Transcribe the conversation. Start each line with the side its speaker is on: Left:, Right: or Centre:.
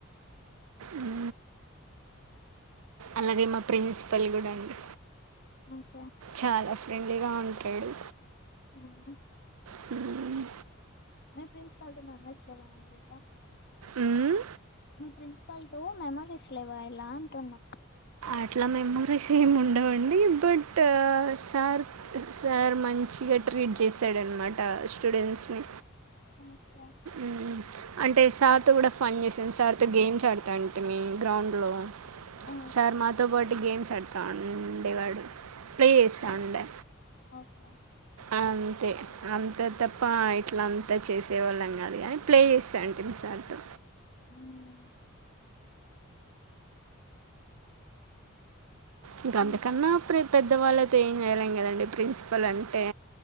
Right: ఉ అలాగే మా ప్రిన్సిపల్ కూడా అండి
Left: ఇంకా
Right: చాలా ఫ్రెండ్లీగా ఉంటాడు
Left: అ
Right: హ్మ్
Left: మీ ప్రిన్సిపల్ తో మెమోరీస్ లేవా అండి ఇలా
Right: ఉమ్
Left: మీ ప్రిన్సిపల్ తో మెమోరీస్ లేవా ఇలా అంటున్నా
Right: అట్లా మెమోరీస్ ఏమి ఉండవండి బట్ సార్ సార్ మంచిగా ట్రీట్ చేశాడనమాట ఆ స్టూడెంట్స్ నీ
Left: ఓకే
Right: ఉమ్ <inaudible> అంటే సార్తో కూడా ఫన్ చేసిాంది సార్తో గేమ్స్ ఆడతాంటే మీ గ్రౌండ్ లో
Left: ఆ,
Right: సార్ మాతో పాటు గేమ్స్ ఆడతా ఉండేవాడు ప్లే
Left: ఓకే
Right: చేస్తా ఉండే
Left: ఓకే
Right: అవును అే అంత తప్ప ఇట్లా అంతా చేసేవాళ్ళం అదే కానీ ప్లే చేస్తా ఉంటే సార్ తో
Left: మ్మ్.
Right: ఇంక
Left: మ్మ్.
Right: అంతకన్నాప్పుే పెద్దవాళ్ళయితే ఏం చేయలేం కదండి ప్రిన్సిపల్ అంటే